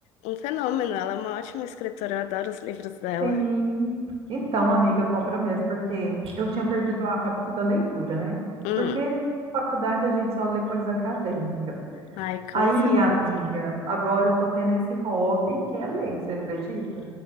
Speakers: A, on the left; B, on the right.
A: um fenômeno, ela é uma ótima escritora, eu adoro os livros dela.
B: Sim. Então, amiga, compra mesmo, porque eu tinha perdido o hábito da leitura, né?
A: Hum,
B: Porque na faculdade a gente só lê coisa acadêmica.
A: ai, cansa
B: Aí,
A: mesmo.
B: amiga, agora eu tô tendo esse hobby que é ler, você acredita?